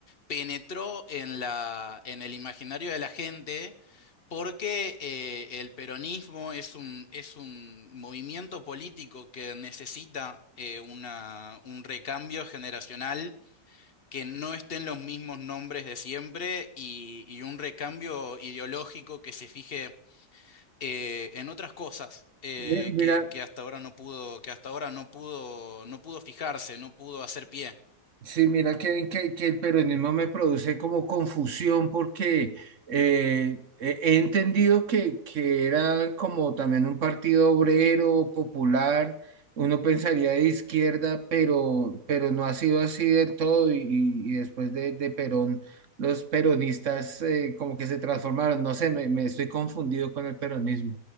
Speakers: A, on the left (about 40°); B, on the right (about 50°).
A: penetró en la, en el imaginario de la gente. Porque eh, el peronismo es un, es un movimiento político que necesita eh, una- un recambio generacional, que no estén los mismos nombres de siempre y, y un recambio ideológico que se fije eh, en otras cosas eh,
B: Mi- Mira,
A: que, que hasta ahora no pudo, que hasta ahora no pudo, no pudo fijarse, no pudo hacer pie.
B: sí, mira que, que, que el peronismo me produce como confusión porque eh, he he entendido que, que era como también un partido obrero, popular, uno pensaría de izquierda, pero, pero no ha sido así del todo y, y- y después de, de Perón, los peronistas eh, como que se transformaron, no sé, me, me estoy confundido con el peronismo.